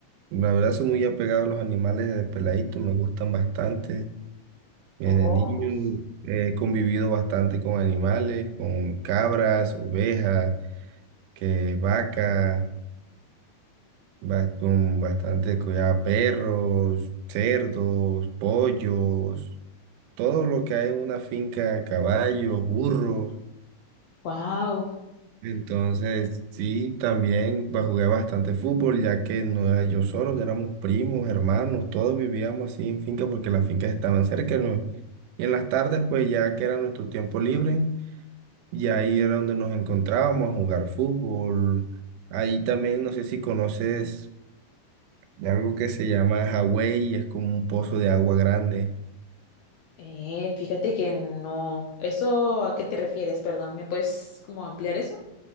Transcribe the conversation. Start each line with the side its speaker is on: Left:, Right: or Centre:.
Right: La verdad soy muy apegado a los animales de peladito, me gustan bastante. Desde
Left: Oh,
Right: niño he convivido bastante con animales, con cabras, ovejas que vacas Bast- un- Bastante cuidado, perros, cerdos, pollos, todo lo que hay en una finca, caballos, burros.
Left: wow.
Right: Entonces, sí, también ba- jugué bastante fútbol, ya que no era yo solo, que éramos primos, hermanos, todos vivíamos así en finca porque las fincas estaban cerca, ¿no? Y en las tardes, pues ya que era nuestro tiempo libre, y ahí era donde nos encontrábamos a jugar fútbol. Ahí también, no sé si conoces. de algo que se llama Hawái y es como un pozo de agua grande.
Left: Eh, fíjate que no. ¿Eso a qué te refieres? Perdón, ¿me puedes como ampliar eso?